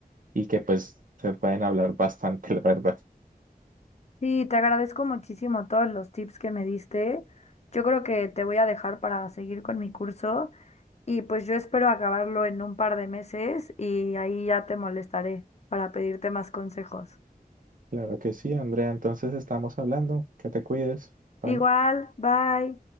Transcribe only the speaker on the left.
Sí, te agradezco muchísimo todos los tips que me diste. Yo creo que te voy a dejar para seguir con mi curso. Y pues yo espero acabarlo en un par de meses y ahí ya te molestaré para pedirte más consejos.
Igual, bye.